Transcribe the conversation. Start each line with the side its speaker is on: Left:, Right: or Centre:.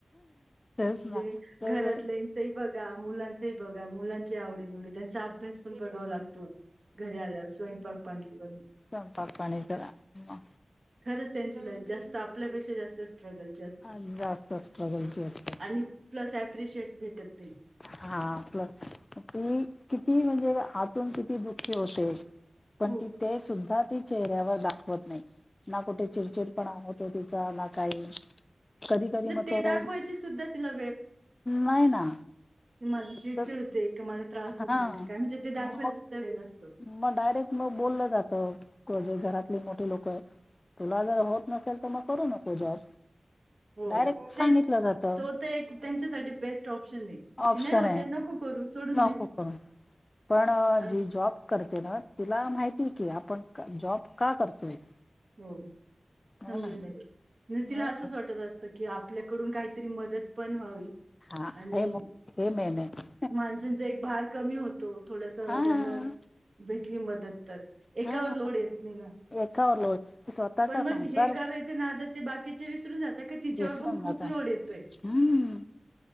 Left: तेच
Right: जे
Left: ना तर
Right: घरातले ते बघा, मुलांचै बघा, मुलांचे आवडी निवडी, त्यांचा अभ्यास पण बघाव लाग तो घरी आल्यावर स्वयंपाक पाणी करुन
Left: संयपाक पाणी जरा म
Right: खरंच त्यांची लाईफ जास्त आपल्यापेक्षा जास्त स्ट्रगल
Left: मग जास्त स्ट्रगलची असते
Right: आणि प्लस प्रिशिएट भेटत नाही.
Left: हा पलस ती किती म्हणजे आतून किती दुखी होते.
Right: खूप
Left: पण ती ते सुद्धा ती चेहऱ्यावर दाखवत नाही. ना कुठे चिडचिड पण होतो तिचा ना काही कधी कधी
Right: म्हणजे
Left: म
Right: ते
Left: तो
Right: दाखवायची
Left: अं
Right: सुद्धा तिला
Left: नाय ना
Right: ते माझी चिड
Left: तर
Right: चिड होते का मला त्रास
Left: हा
Right: होतोय की काय म्हणजे ते
Left: मग
Right: दाखवायला सुद्धा वेळ नसतो.
Left: मग डायरेक्ट मग बोललं जातंजे घरातले मोठीे लोक आहे. तुला जर होत नसेल तर मग करू नको जॉब
Right: हो
Left: डायरेक्ट
Right: ते
Left: सांगितलं जातं.
Right: तो ते एक त्यांच्यासाठी बेस्ट ऑप्शन आहे. की
Left: ऑप्शन
Right: नाही होते
Left: आहे
Right: नको करू सोडून
Left: नको
Right: दे
Left: कर पण
Right: आणि
Left: जी जॉब करते ना, तिला माहिती की आपण जॉब का करतोय?
Right: हो
Left: हो
Right: शंभर
Left: ना
Right: टक्के हम तिला
Left: हो
Right: असंच वाटत असत बाकि आपल्याकडून काहीतरी मदत पण व्हावी
Left: हा
Right: आणि
Left: हे मे हे मेन हाय
Right: माणसांचा एक भार कमी होतो थोडस त्यांना
Left: हां
Right: भेटली मदत तर एकावर
Left: हां
Right: लोड येत नाही ना
Left: एकावर लोट की स्वतः
Right: पण
Left: चा
Right: मग
Left: संसार
Right: हे करायचे नादात ते बाकीचे विसरून जात तिच्यावर
Left: विसरून
Right: पण खूप
Left: जाता
Right: लोड येतोय
Left: हम्म